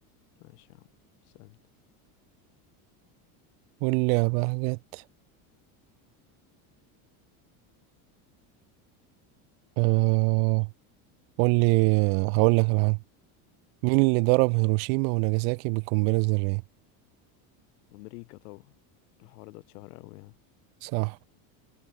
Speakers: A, on the left (about 80°); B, on the right (about 65°).
A: ماشي يا عم سألني
B: قول لي يا بهجت آه قول لي هقول لك على حاجة مين اللي ضرب هيروشيما وناجازاكي بالقنبلة الذرية
A: أمريكا طبعا الحوار ده اتشهر أوي يعني
B: صح